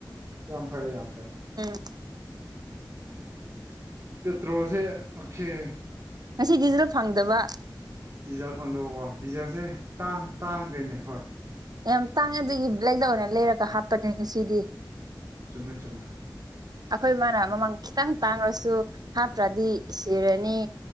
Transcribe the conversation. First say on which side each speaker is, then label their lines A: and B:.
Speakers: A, on the right; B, on the right.
A: ꯌꯥꯝ ꯐꯔꯦ ꯌꯥꯝ ꯐꯩ
B: ꯎꯝ
A: ꯄꯦꯇ꯭ꯔꯣꯜꯁꯦ ꯑꯣꯈꯦ
B: ꯉꯁꯤꯗꯤꯖꯤꯗꯣ ꯐꯪꯗꯕꯥ
A: ꯗꯤꯖꯜ ꯐꯪꯗꯕꯀꯣ ꯗꯤꯖꯜꯁꯦ ꯇꯥꯡ ꯇꯥꯡꯈꯦꯅꯦ ꯍꯣꯏ
B: ꯌꯥꯝ ꯇꯥꯡꯉꯦ ꯑꯗꯨꯒꯤ ꯕꯦꯂꯦꯛꯇ ꯑꯣꯏꯅ ꯂꯩꯔꯒ ꯍꯥꯞꯄꯅꯦ ꯉꯁꯤꯗꯤ
A: ꯆꯨꯝꯃꯦ ꯆꯨꯝꯃꯦ
B: ꯑꯈꯣꯏ ꯃꯥꯅ ꯃꯃꯟ ꯈꯤꯇꯪ ꯇꯥꯡꯉꯁꯨ ꯍꯥꯞꯇ꯭ꯔꯗꯤ ꯁꯤꯔꯅꯤ